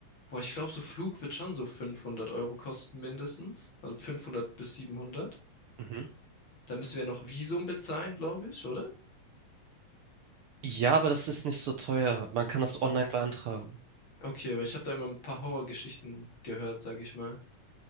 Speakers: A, on the left (about 40°); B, on the right (about 75°).
A: Boah, ich glaube, so Flug wird schon so 500 Euro kosten mindestens. Also 500 bis 700.
B: Mhm.
A: Da müssen wir noch Visum bezahlen, glaube ich, oder?
B: Ja, aber das ist nicht so teuer. Man kann das
A: Ich glaube,
B: online beantragen.
A: okay, weil ich habe da immer ein paar Horrorgeschichten gehört, sage ich mal.